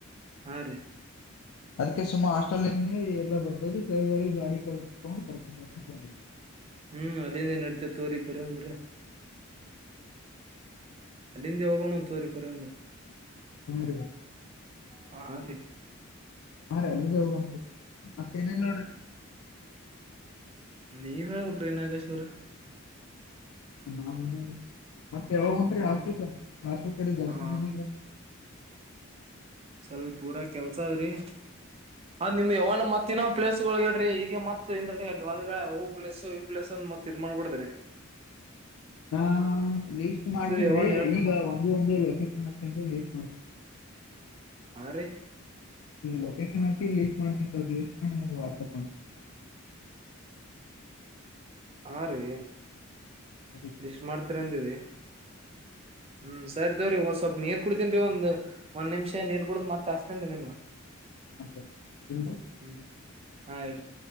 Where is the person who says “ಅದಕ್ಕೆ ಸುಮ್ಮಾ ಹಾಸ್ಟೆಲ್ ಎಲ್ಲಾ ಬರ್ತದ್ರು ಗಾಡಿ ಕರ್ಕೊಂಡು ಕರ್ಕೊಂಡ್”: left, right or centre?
Left